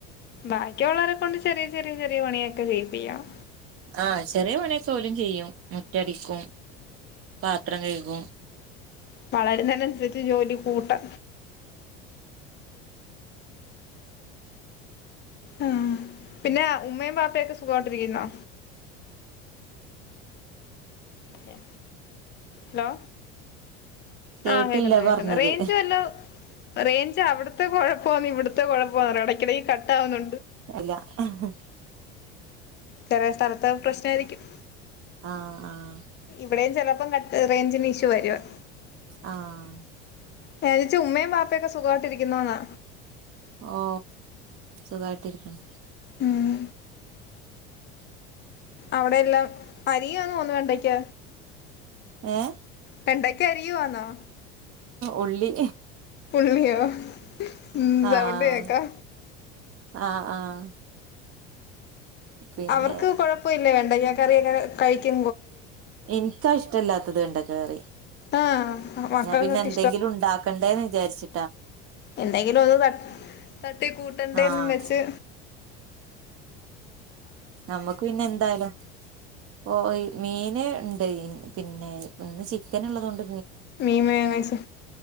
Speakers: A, on the left; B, on the right.
A: ബാക്കി ഒള്ളോരെ കോണ്ട് ചെറിയ ചെറിയ ജോലികളൊക്കെ ചെയ്യിപ്പിക്കണം
B: ആഹ് ചെറ്യേ പണിയൊക്കെ ഓലും ചെയ്യും മുറ്റടിക്കും പാത്രം കൈകും
A: വളര്ന്നേനൻസരിച് ജോലി കൂട്ടാ ആഹ് പിന്നെ ഉമ്മയും ബാപ്പയൊക്കെ സുഖായിട്ടിരിക്കുന്നോ? ല്ല ഹലോ
B: കേട്ടില്ല
A: ആഹ് കേക്ക്ന്ന് കേക്ക്ന്ന്
B: പറഞ്ഞത്
A: റേൻജ് വല്ലതും റേഞ്ച് അവിട്ത്തേ കൊഴപ്പാ ഇവ്ട്ത്തേ കൊഴപ്പാന്ന് അറിയത്തില്ല എടക്കെടക്ക് കട്ടാകുന്നു
B: അല്ല ആഹ്
A: ചെലേ സ്ഥലത്തെ പ്രശ്‌നായിരിക്കും
B: ആഹ് ആഹ്
A: ഇവ്ടേം ചെലപ്പം കട്ട് റേഞ്ചിന്റെ ഇശൂ വരും
B: ആഹ്
A: ഞാചോച്ചേ ഉമ്മേം ബാപ്പേക്കെ സുഖാട്ടിരിക്കുന്നോന്നാ
B: ഓ സുഗായിട്ടിരിക്ക്ന്നു
A: ഉം അവിടെ എല്ലാ അരിയാന്ന് തോന്നുന്നു വെണ്ടയ്ക്ക
B: ഏഹ്
A: വെണ്ടയ്ക്കാ അരിയുവാന്നൊ
B: ഉള്ളി
A: ഉള്ള്യോ ഉം സൗണ്ട്
B: ആഹ്
A: കേക്കാ
B: ആഹ് ആഹ് പിന്നെ
A: അവർക്ക് കൊഴപ്പോല്ലേ വെണ്ടയ്ക്ക കറിയൊക്കെ കഴിക്കു
B: എനിക്കാ ഇഷ്ടല്ലാത്തത് വെണ്ടക്കക്കറി
A: ആഹ് മക്കൾക്കൊക്കെ
B: ഞാൻ പിന്നെ എന്തങ്കിലുണ്ടാക്കണ്ടേന്ന് വിചാരിച്ച്
A: എന്തെങ്കിലൊന്ന് തട്ട് തട്ടിക്കൂട്ടണ്ടെന്നുംവച്ച്
B: ആഹ് ഞമ്മക്ക് പിന്നെ എന്തായാലും ഒ മീന് ണ്ടെ പിന്നെ ചിക്കൻ ള്ളത്കൊണ്ട്
A: മീൻ വെങ്ങായിസ്